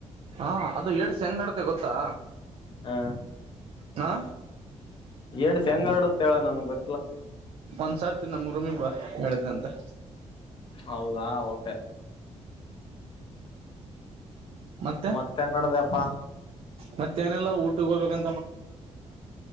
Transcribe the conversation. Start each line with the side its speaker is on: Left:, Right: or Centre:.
Right: ಹಾ ಅದು ಏಡ್ಸ್ ಹೆಂಗ್ ಆಡ್ತೆ ಗೊತ್ತಾ
Left: ಹಾ
Right: ಹಾ
Left: ಏಡ್ಸ್ ಹೆಂಗ್ ಹರಡು ತೆಳೆ ನನಗೆ ಗೊ
Right: ಒಂದು ಸರ್ಥಿ ನಮ್ ರೂಮಿಗೆ <unintelligible> ಹೇಳಿದ್ನಂತೆ
Left: ಹೌದಾ ಓಕೆ
Right: ಮತ್ತೆ
Left: ಮತ್ತೇನ್ ನಡ್ದಪ್ಪಾ
Right: ಮತ್ತೆ ಏನಿಲ್ಲ ಊಟಕ್ಕೆ ಹೋಗ್ಬೇಕಂ